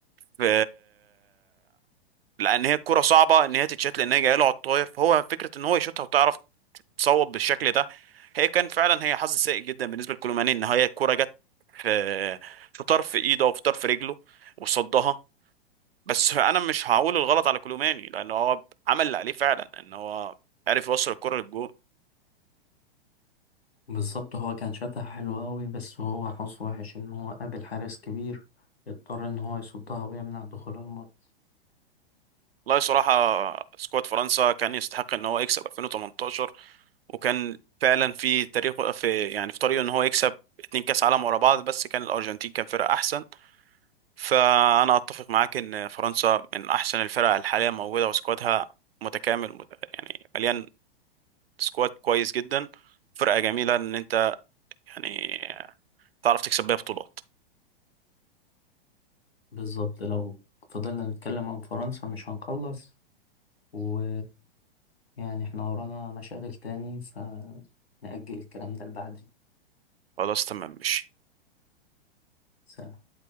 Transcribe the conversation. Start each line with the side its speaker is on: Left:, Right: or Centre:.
Right: في لان هي الكرة صعبة ان هي تتشات لان هي جايه له على الطاير فهو فكرة ان هو يشوطها وتعرف تصوب بالشكل ده هي كان فعلا هي حظ سيء جدا بالنسبة لكولوماني ان هي الكرة جت في في طرف ايده او في طرف رجله وصدها بس انا مش هقول الغلط على كولوماني لان هو عمل اللي عليه فعلا ان هو عرف يوصل الكرة للجول
Left: بالظبط هو كان شاتها حلو قوي بس هو حظه وحش إن هو قابل حارس كبير اضطر إن هو يصدها ويمنع دخولها المرمى
Right: والله صراحة سكواد فرنسا كان يستحق ان هو يكسب 2018 وكان فعلا في تاريخه في يعني في طريقه ان هو يكسب اتنين كاس عالم ورا بعض بس كان الارجنتين كان فرقة احسن فأنا أتفق معاك إن فرنسا من أحسن الفرق الحالية موجودة وسكوادها متكامل مت- يعني مليان سكواد كويس جدا فرقة جميلة إن أنت يعني تعرف تكسب بيها بطولات
Left: بالظبط لو فضلنا نتكلم عن فرنسا مش هنخلص و يعني احنا ورانا مشاغل تاني فنأجل الكلام ده لبعد
Right: خلاص تمام ماشي
Left: سنة